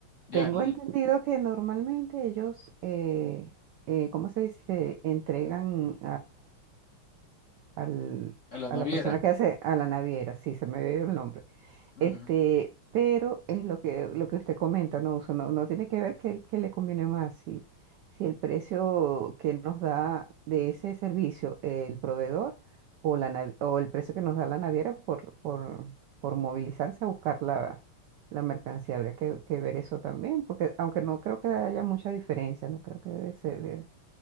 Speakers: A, on the left; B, on the right.
A: ya
B: Tengo
A: l-
B: entendido que normalmente ellos, eh, eh, ¿cómo se dice? Entregan al-
A: a la
B: a
A: naviera.
B: la persona que hace a la naviera, sí, se me ve el nombre.
A: Ujú.
B: Este, pero es lo que, lo que usted comenta, ¿no? Uso, no, no tiene que ver qué, qué le conviene más. Si, si el precio que nos da de ese servicio el proveedor o, la, nav- o el precio que nos da la naviera por, por, por movilizarse a buscar la, la mercancía. Habría que, que ver eso también, porque aunque no creo que haya mucha diferencia, no creo que debe ser... de-